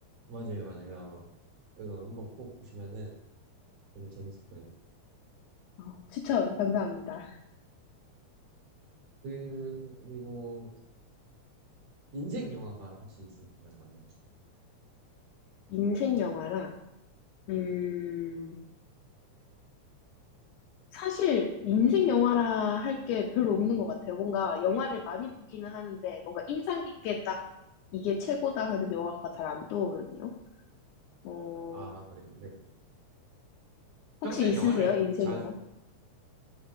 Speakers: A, on the right (about 60°); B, on the left (about 85°).
A: 맞아요, 맞아요. 이거 한번 꼭 보시면은 되게 재밌을 거예요.
B: 어, 추천 감사합니다.
A: 그, 그리고 인생 영화가 혹시 있으신가요? 맞나요?
B: 인생 영화라, 음, 사실 인생 영화라 할 게 별로 없는 것 같아요. 뭔가 영화를 많이 보기는 하는데, 뭔가 인상 깊게 딱 이게 최고다 하는 영화가 잘 안 떠오르네요. 어,
A: 아, 그래요. 네. 평소에
B: 혹시 있으세요?
A: 영화를
B: 인생
A: 자주
B: 영화?